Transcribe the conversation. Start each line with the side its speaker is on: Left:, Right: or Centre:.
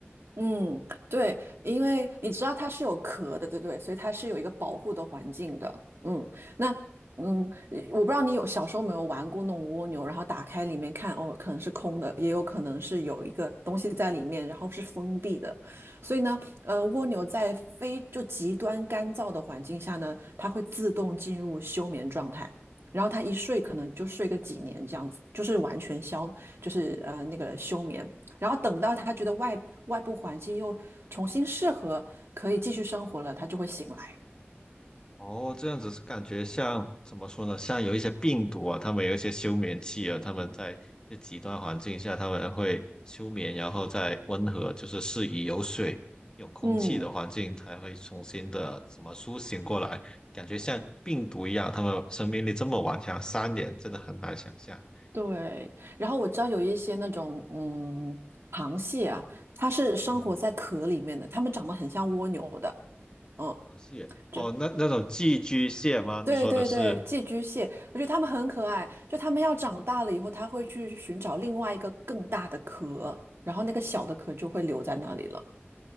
Right: 嗯，对，因为你知道它是有壳的，对不对？所以它是有一个保护的环境的。嗯，那嗯，呃我不知道你有小时候有没有玩过那种蜗牛，然后打开里面看，哦，可能是空的，也有可能是有一个东西在里面，然后是封闭的。所以呢，呃，蜗牛在非就极端干燥的环境下呢，它会自动进入休眠状态。然后它一睡可能就睡个几年这样子，就是完全消，就是呃那个休眠。然后等到他觉得外外部环境又重新适合，可以继续生活了，他就会醒来。
Left: 哦，这样子是感觉像怎么说呢？像有一些病毒啊，他们有一些休眠期啊，他们在这极端环境下，他们会休眠，然后再温和，就是适宜有水、有空气的环境才会重新的什么苏醒过来。
Right: 嗯
Left: 感觉像病毒一样，他们生命力这么顽强，三年真的很难想象。
Right: 对，然后我知道有一些那种嗯螃蟹啊，它是生活在壳里面的，
Left: 嗯，
Right: 它们长得很像蜗牛的，嗯，
Left: 螃蟹哦，
Right: 就
Left: 那那种寄居蟹吗？
Right: 对对对，
Left: 你说的是？
Right: 寄居蟹，我觉得它们很可爱，就它们要长大了以后，它会去寻找另外一个更大的壳，然后那个小的壳就会留在那里了。